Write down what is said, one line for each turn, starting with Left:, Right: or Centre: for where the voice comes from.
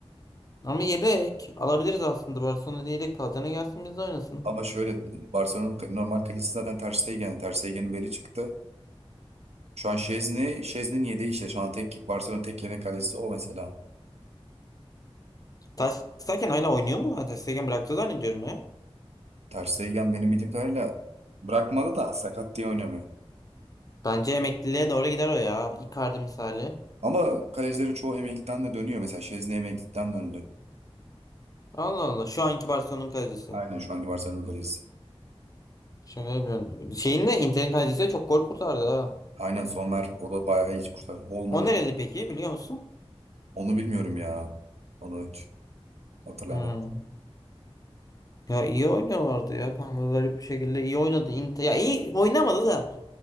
Left: Ama yedek alabiliriz aslında. Barcelona'da yedek kalacağına gelsin biz de oynasın.
Right: Ama şöyle Barcelona'nın ka- normal kalecisi zaten Ter Stegen. yani Ter Stegen'in beli çıktı. Şu an Şezni, Şezni'nin yedeği işte. Şu an tek Barcelona'nın tek yedek kalecisi o mesela.
Left: Ter Stegen hala oynuyor mu? Ben Ter Stegen bıraktı zannediyorum ya.
Right: Ter Stegen benim bildiğim kadarıyla bırakmadı da sakat diye oynamıyor.
Left: Bence emekliliğe doğru gider o ya. Icardi misali.
Right: Ama kalecilerin çoğu emeklilikten de dönüyor. Mesela Şezni emeklilikten döndü.
Left: Allah Allah. Şu anki Barcelona'nın kalecisi.
Right: Aynen şu anki Barcelona'nın kalecisi.
Left: Şaka yapıyorum. Şeyin de Inter'in kalecisi de çok gol kurtardı ha.
Right: Aynen sonlar o da bayağı iyi kurtardı. Olmamış.
Left: O nereli peki biliyor musun?
Right: Onu bilmiyorum ya. Onu hiç hatırlayamadım.
Left: Hmm. Ya iyi oynuyorlardı ya kanka garip bir şekilde iyi oynadı Inter. Ya iyi oynamadı da